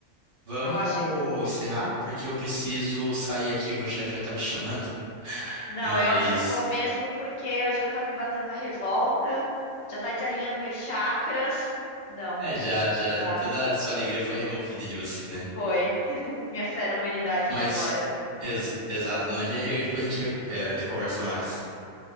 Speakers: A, on the right; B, on the left.
A: vamos
B: não acho,
A: encerrar, porque eu preciso sair aqui, o meu chefe já tá me <laughs> chamando.
B: não,
A: Mas
B: eu acho bom mesmo porque eu já tá me batendo a revolta, já tá desalinhando meus chakras. Não,
A: é, já, já,
B: tá.
A: toda a sua alegria foi removida de você, né?
B: Foi. <laughs> Minha fé na humanidade
A: Mas,
B: foi embora.
A: ex- exato, nós já, depois a gente recupera, a gente conversa mais.